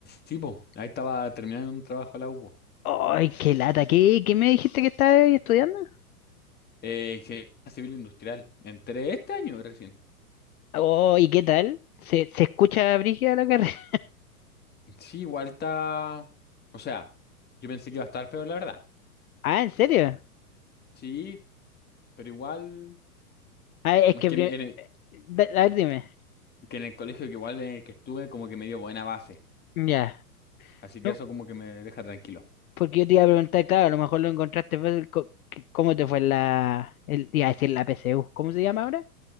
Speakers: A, on the left; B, on the left.
A: Sí, po, ahí estaba terminando un trabajo la UBO.
B: Ay, qué lata. ¿Qué, qué me dijiste que estabas estudiando?
A: Eh, ingeniería civil industrial. Entré este año recién.
B: Oh, ¿y qué tal? ¿Se, se escucha brígida la carrera? <laughs>
A: Sí, igual está. O sea, yo pensé que iba a estar peor, la verdad.
B: Ah, ¿en serio?
A: Sí, pero igual.
B: Ah, es
A: Es
B: que...
A: que
B: pri-
A: en el,
B: da- A ver, dime.
A: que en el colegio, que igual en el que estuve, como que me dio buena base.
B: Ya.
A: Así que
B: No,
A: eso, como que me deja tranquilo.
B: porque yo te iba a preguntar, claro, a lo mejor lo encontraste fácil. co- c- ¿Cómo te fue la... El, iba a decir la PSU. ¿Cómo se llama ahora?